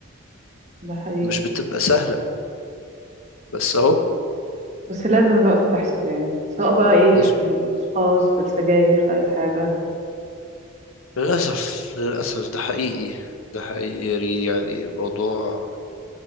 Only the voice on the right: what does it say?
ده حقيقي
بس لازم الوقفه تحصل يعني سواء بقى ايه
في الاشخاص في السجاير في اي حاجه